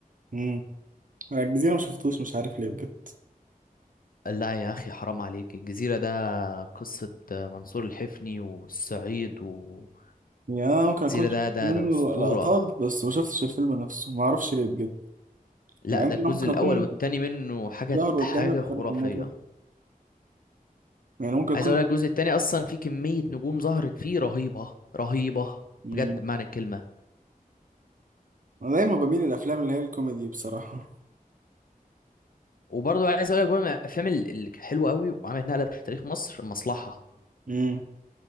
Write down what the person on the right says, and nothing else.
مم. أنا الجزيرة ما شفتوش مش عارف ليه بجد
يعني أنا ممكن أكون شفت
منه
لقطات بس ما شفتش الفيلم نفسه ما أعرفش ليه بجد
مع
إن
أنا ممكن
أكون
ظهر قدامي
أكتر
من مرة يعني ممكن
أكون
ده.
انا دايما بميل للافلام اللي هي الكوميدي بصراحه
امم